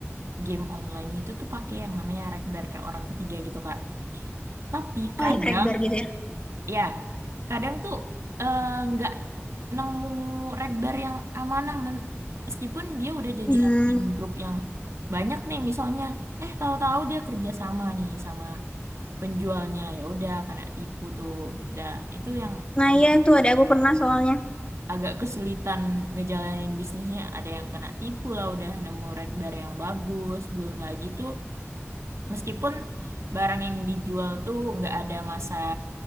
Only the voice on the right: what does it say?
game online itu tuh pakai yang namanya rekber ke orang ketiga gitu, Kak. Tapi kadang
Ya, kadang tuh eh, nggak nemu regbar yang amanah men- meskipun dia udah jadi
admin grup yang banyak nih misalnya, eh tahu-tahu dia kerja sama nih sama penjualnya ya udah kena tipu tuh. Dah itu yang
agak
agak kesulitan ngejalanin bisnisnya. Ada yang kena tipu lah udah nemu regbar yang bagus, belum lagi tuh meskipun barang yang dijual tuh nggak ada masa